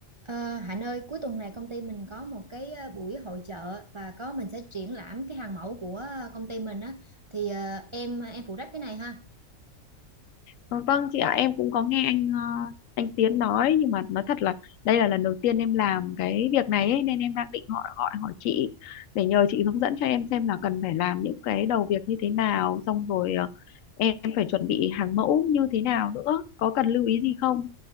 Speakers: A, on the right; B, on the left.
A: Ờ, Hạnh ơi, cuối tuần này công ty mình có một cái ờ, buổi hội chợ và có mình sẽ triển lãm cái hàng mẫu của ờ, công ty mình á thì ờ, em em phụ trách cái này ha.
B: Ờ, Vâng chị ạ, em cũng có nghe anh ờ, anh Tiến nói nhưng mà nói thật là đây là lần đầu tiên em làm cái việc này ấy, nên em đang định gọi gọi hỏi chị để nhờ chị hướng dẫn cho em xem là cần phải làm những cái đầu việc như thế nào, xong rồi ờ, em phải chuẩn bị hàng mẫu như thế nào nữa, có cần lưu ý gì không?